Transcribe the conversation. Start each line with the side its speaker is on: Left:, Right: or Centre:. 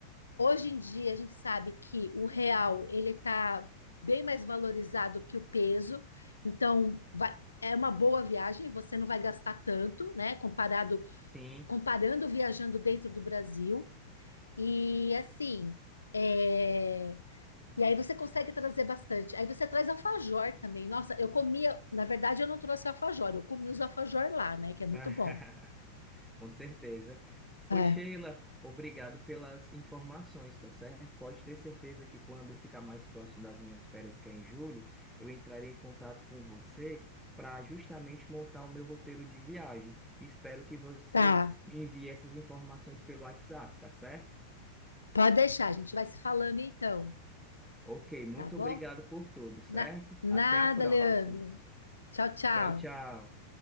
Left: Hoje em dia a gente sabe que o real ele está bem mais valorizado que o peso, então vai- é uma boa viagem. Você não vai gastar tanto, né? Comparado
Centre: Sim.
Left: comparando viajando dentro do Brasil. E assim, é, e aí você consegue trazer bastante. Aí você traz alfajor também. Nossa, eu comia, na verdade eu não trouxe alfajor, eu comi os alfajor lá, né, que é muito
Centre: Ah,
Left: bom.
Centre: <laughs> Com certeza. Pois,
Left: É,
Centre: Sheila, obrigado pelas informações, tá certo? Pode ter certeza que quando ficar mais próximo das minhas férias, que é em julho, eu entrarei em contato com você para justamente montar o meu roteiro de viagem. Espero que você
Left: tá.
Centre: me envie essas informações pelo WhatsApp, tá certo?
Left: Pode deixar, a gente vai se falando então,
Centre: Ok, muito
Left: tá bom?
Centre: obrigado por tudo, certo?
Left: Na- nada,
Centre: Até a próxima.
Left: Leandro. Tchau, tchau.
Centre: Tchau, tchau.